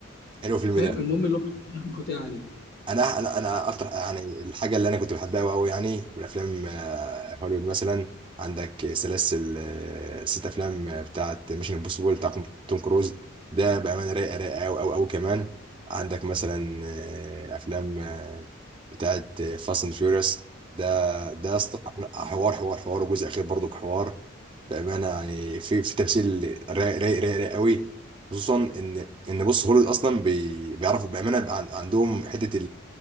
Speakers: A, on the right; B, on the left.
A: حلو الفيلم
B: فاهم
A: ده
B: المهم اللي هو اخر خطيئه عليه
A: انا انا انا اكتر يعني الحاجه اللي انا كنت بحبها قوي قوي يعني والافلام آه، هوليوود مثلا عندك سلاسل آه، ست افلام آه، بتاعت ميشن امبوسيبل بتاع توم كروز ده بامانه رايقه رايقه قوي قوي قوي كمان عندك مثلا آه، افلام آه، بتاعت فاست اند فيوريوس ده ده يا اسطى حوار حوار حوار وجزء اخير برضو حوار بامانه يعني في في تمثيل رايق رايق رايق رايق قوي خصوصا ان ان بص هوليوود اصلا بي- بيعرفوا بامانه عن- عندهم حته